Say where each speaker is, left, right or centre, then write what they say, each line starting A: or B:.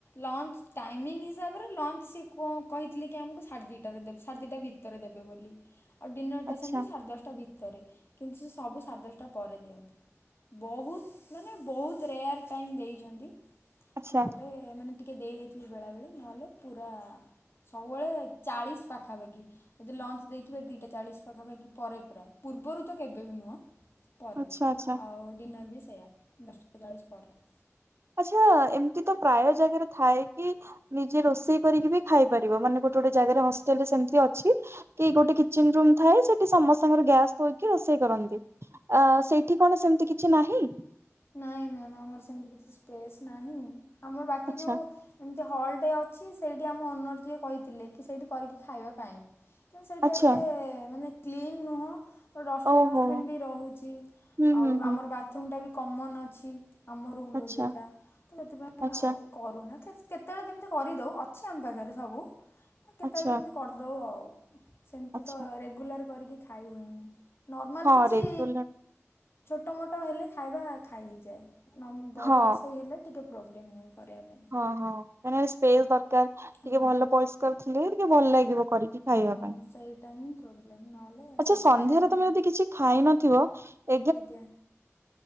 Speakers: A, on the left; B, on the right.
A: ଲଞ୍ଚ ଟାଇମିଙ୍ଗ ହିସାବରେ ଲଞ୍ଚ ସିଏ କଁ କହିଥିଲେ କି ଆମକୁ ସା ସାଢେ ଦିଟାରେ ଦେବେ ସାଢେ ଦିଟା ଭିତରେ ଦେବେ ବୋଲି ଆଉ ଡିନର ଟା
B: ଆଚ୍ଛା
A: ସେମିତି ସାଢେ ଦଶଟା ଭି ତରେ କିନ୍ତୁ ସେ ସବୁ ସାଢେ ଦଶଟା ପରେ ଦିଅନ୍ତି। ବହୁତ ମାନେ ବହୁତ ରେୟାର୍ ଟାଇମ୍ ଦେଇଛନ୍ତି
B: ଆଚ୍ଛା
A: ନହେଲେ ଏ ମାନେ ଟିକେ ଦେଇ ଦେଇଥିବେ ବେଳେବେଳି ନହେଲେ ପୁରା ସବୁବେଳେ ଚାଳିଶ ପାଖାପାଖି ଯଦି ଲଞ୍ଚ ଦେଇଥିବେ ଦିଟା ଚାଳିଶ ପାଖାପାଖି ପରେ ପୁରା ପୁ ପୂର୍ବରୁ ତ କେବେ ବି ନୁହଁ। ପରେ
B: ଆଚ୍ଛା ଆଚ୍ଛା
A: ଆଉ ଡିନର୍ ବି ସେୟା ଦଶଟା ଚାଳିଶ ପରେ।
B: ଆଚ୍ଛା ଏମିତି ତ ପ୍ରାୟ ଜାଗାରେ ଥାଏ କି ନିଜେ ରୋଷେଇ କରିକି ବି ଖାଇପ୍ ପାରିବ ମାନେ ଗୋଟେ ଗୋଟେ ଜାଗାରେ ହଷ୍ଟେଲରେ ସେମତି ଅଛି, କି ଗୋଟେ କିଚେନ ରୁମ ଥାଏ ସେଠି ସମସ୍ତଙ୍କର ଗ୍ୟାସ ଥୋଇକି ରୋଷେଇ କରନ୍ତି ଆ ସେଇଠି କଣ ସେମତି କିଛି ନାହିଁ?
A: ନାଇଁ ମ୍ୟାମ୍ ଆମର ସେମିତି କିଛି ସ୍ପେସ୍ ନାହିଁ ଆମର ବାକି
B: ଆଚ୍ଛା
A: ଯୋଉ ଏମିତି ହଲଟେ ଅଛି ସ୍ପ ସେଇଠି ଆମ ଓନର୍ ଯିଏ କହିଥିଲେ କି ସେଇଠି କରିକି ଖାଇବା ପାଇଁ କିନ୍ତୁ ସେଇଠି
B: ଆଚ୍ଛା
A: ଏତେ ମାନେ କ୍ଲିନ୍ ନୁହଁ ତ ଡଷ୍ଟବିନ୍
B: ଓହୋ
A: ଫଷ୍ଟବିନ୍ ବି ରହୁଛି
B: ହୁଁ
A: ଆଉ
B: ହୁଁ ହୁଁ
A: ଆମର ବାଥରୁମ୍ ଟା ବି କମନ ଅଛି ଆମ ରୁମର
B: ଆଚ୍ଛା
A: ଯୋଉଟା ତ ସେଥିପାଇଁ
B: ଆଚ୍ଛା
A: ଆଉ କରୁନା କେତ କେତେବେଳେ କେମିତି କରିଦଉ ଅଛି ଆମ ପାଖରେ ସବୁ କେତେବେଳେ
B: ଆଚ୍ଛା
A: କେମିତି କରିଦଉ ଆଉ। ସେମିତି
B: ଆଚ୍ଛା
A: ତ ରେଗୁଲାର କରିକି ଖାଇ ହୁଏନି ନର୍ମାଲ
B: ହଁ
A: କିଛି
B: ରେଗୁଲାର
A: ଛୋଟ ମୋଟ ହେଲେ ଖାଇବା ଖାଇ ହେଇଯାଏ ନନ୍ ବଡ଼
B: ହଁ
A: ରୋଷେଇ ହେଲେ ଟିକେ ପ୍ରୋବ୍ଲେମ୍ ହୁଏ। କରିବା ପାଇଁ।
B: ହଁ ହଁ କାହିଁକି ନା ସ୍ପେସ ଦରକାର ଟିକେ
A: ହଁ।
B: ଭଲ ପରିଷ୍କାର ଥିଲେ ଟିକେ ଭଲ ଲାଗିବ କରିକି କି ଖାଇବା
A: ହଁ
B: ପାଇଁ,
A: ସେଇଟା ହିଁ ପ୍ରୋବ୍ଲେମ୍ ନହେଲେ
B: ଆଛା
A: ସେଥିପାଇଁ
B: ସନ୍ଧ୍ୟାରେ
A: ତ ମିଳେ
B: ତମେ ଯଦି କିଛି ଖାଇ ନଥିବ ଏ
A: ଆଜ୍ଞା